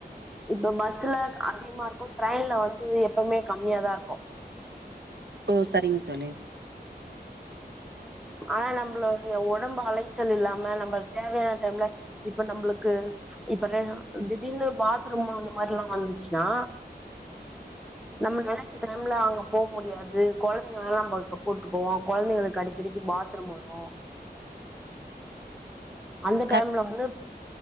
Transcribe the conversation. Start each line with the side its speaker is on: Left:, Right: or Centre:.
Centre: இப்ப பஸ்ல அதிகமா இருக்கு ட்ரெயின்ல வந்து எப்பமே <unintelligible>
Right: ஓ சரிங்க தோழி
Centre: ஆனா நம்பளுடைய ஒடம்பு அலைச்சல் இல்லாம நம்ப தேவையான டைம்ல இப்ப நம்ளுக்கு இப்ப திடீர்னு பாத்ரூமு அந் மாரிலா வந்துச்சுன்னா நம்ம நெனைச்ச டைம்ல அங்க போ முடியாது கொழந்தைங்க எல்லா நம்ப இப்ப கூட்டு போவோ கொழந்தைங்களுக்கு அடிக்கடிக்கி பாத்ரூம் வரு அந்த டைம்ல
Right: க
Centre: வந்து